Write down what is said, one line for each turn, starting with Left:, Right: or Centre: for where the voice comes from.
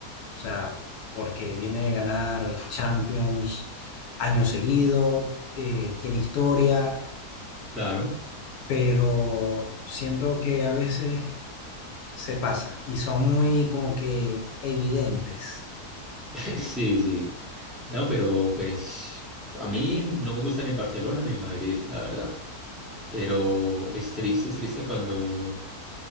Left: o sea, porque viene de ganar Champions años seguido, eh, tiene historia,
Centre: Claro,
Left: pero siento que a veces se pasan y son muy como que evidentes.
Centre: <laughs> sí, sí. No, pero pues a mí no me gusta ni el Barcelona ni el Madrid, la verdad. Pero es triste, es triste cuando,